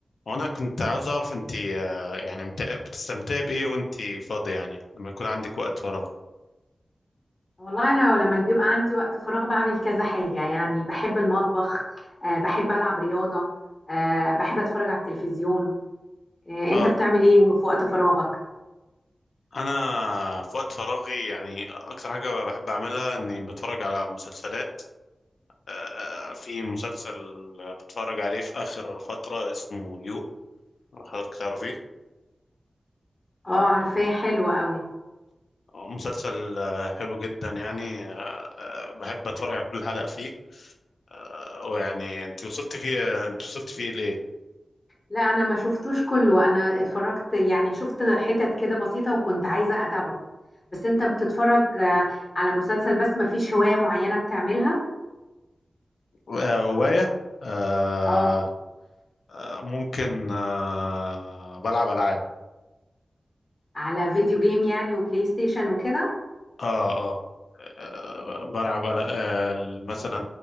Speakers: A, on the left (about 85°); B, on the left (about 35°).
A: وانا كنت عاوز اعرف انت يعني مت- بتستمتعي بايه وانت فاضية يعني لما يكون عندك وقت فراغ
B: والله انا لما بيبقى عندي وقت فراغ بعمل كذا حاجه يعني بحب المطبخ آه، بحب العب رياضه آه، بحب اتفرج على التلفزيون آه،
A: اه
B: انت بتعمل ايه في وقت فراغك
A: انا في وقت فراغي يعني اكتر حاجة بحب اعملها اني بتفرج على مسلسلات آه، في مسلسل بتفرج عليه في اخر فترة اسمه يو حضرتك تعرفيه
B: اه عارفاه حلو قوي
A: آه، مسلسل آه، حلو جدا يعني آه، بحب اتفرج على كل حلقة فيه آه، ويعني انت وصلت فيه آه، انت وصلت فيه ليه
B: لا انا ما شفتوش كله انا اتفرجت يعني شفت حتت كده بسيطه وكنت عايزه اتابعه بس انت بتتفرج آه، على مسلسل بس ما فيش هوايه معينه بتعملها
A: آه، هواية آه،
B: اه
A: ممكن آه، بلعب العاب
B: على فيديو جيم يعني وبلاي ستيشن وكده
A: اه اه آه، بلعب أل- آه، مثلا